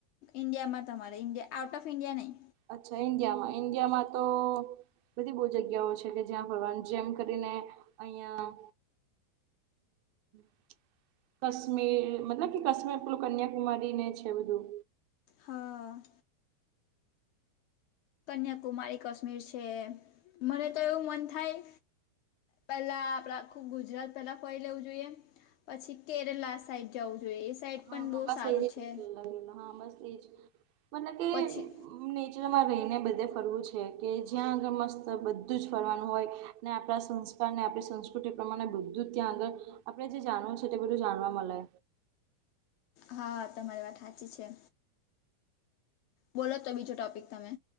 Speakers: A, on the left (about 45°); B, on the right (about 45°).
A: ઇન્ડિયામાં તમારે ઇન્ડિયા આઉટ ઓફ ઇન્ડિયા નહીં
B: અચ્છા ઇન્ડિયામાં ઈન્ડિયામાં તો બધી બો જગ્યાઓ છે, કે જ્યાં ફરવાનું જેમ કરીને અયાં <inaudible> કશ્મીર મતલબ કે કશ્મીર પેલું કન્યાકુમારી ને છે, બધું
A: હા. કન્યાકુમારી કશ્મીર છે, મને તો એવું મન થાય પેલા આપડા ખુબ ગુજરાત પેલા ફરી લેવું જોઈએ. પછી કેરલા સાઈડ જવું જોઈએ. સાઈડ
B: હ
A: પણ
B: હ
A: બહુ
B: બસ
A: સારું
B: એ જ <unintelligible>
A: છે
B: હ બસ એ જ મતલબ કે
A: પછી
B: નેચરમાં રહીને બધે ફરવું છે, કે જ્યાં આગળ મસ્ત બધું જ ફરવાનું હોય ને આપણા સંસ્કાર ને આપડી સંસ્કૃતિ એ પ્રમાણે બધું જ ત્યાં આગળ આપણે જે જાણવું છે, તે બધું જાણવા મલે
A: હા તમારી વાત હાચી છે, બોલો તો બીજો ટોપિક તમે